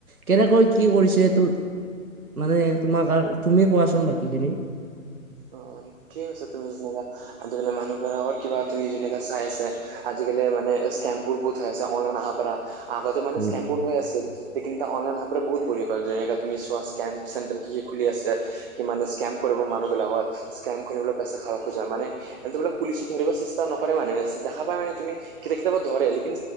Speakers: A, on the right; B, on the right.
A: কেনেকৈ কি কৰিছে এইটো মানে তোমাক আৰু তুমি কোৱাচোন বাকী খিনি
B: অ মানে ঠিক কৈছা তুমি যোনবিলাক আজিকালি মানুহ বিলাকৰ কিবা তুমি যেনেকা চাই আছে আজিকালি মানে স্কেম বোৰ বহুত হৈ আছে অনলাইন অহাৰ পৰা আগতে মানে
A: উম
B: স্কেমবোৰ হৈ আছিল লেকিণ অনলাইন অহা পৰা বহুত বোৰী কৰে যেনেকা তুমি চোৱা স্কেন চেণ্ট্ৰেল কি কি খুলি আছে কি মানে স্কেম কৰিব মানুহ বিলাকত স্কেম কৰিবলৈ পইচা খাব খোজে মানে। হেতক মানে পুলিচো ধৰিব চেষ্টা নকৰে মানে দেখা পায় মানে তুমি কেতিয়া কেতিয়াবা ধৰে লেকিন।